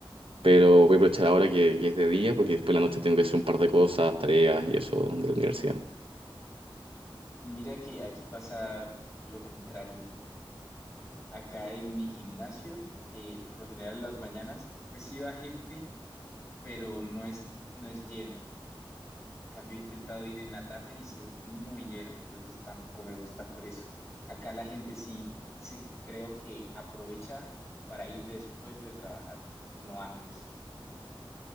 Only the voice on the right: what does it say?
Pero voy a aprovechar ahora que, que es de día, porque después en la noche tengo que hacer un par de cosas, tareas y eso de la universidad.